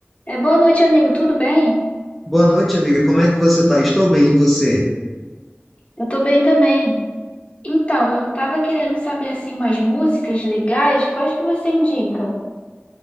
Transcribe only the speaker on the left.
É, boa noite, amigo. Tudo bem?
Eu tô bem também. Então, eu tava querendo saber assim umas músicas legais. Quais que você indica?